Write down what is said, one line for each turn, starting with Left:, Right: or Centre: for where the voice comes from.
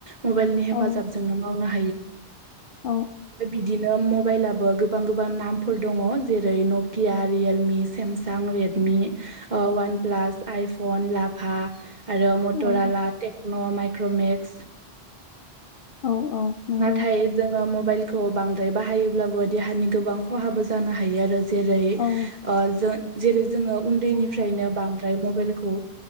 Right: मबाइलनि हेफाजाबजोंनो
Left: औ
Right: माव <inaudible>
Left: औ
Right: बिदिनो मबाइलबो गोबां गोबां नामफोर दङ जेरै नकिया Realme Samsung Redmi OnePlus iPhone लाभा ा आरो मटर
Left: औ
Right: आला टेक्न' माइक्र'मेक्स
Left: औ औ नंगौ
Right: नाथाय जोङो मबाइलखौ बांद्राय बाहायोब्लाबो देहानि गोबां खहाबो जानो हायो आरो जेरै
Left: औ
Right: ज जेरै जोङो उन्दैनिफ्रायनो बांद्राय मबाइलखौ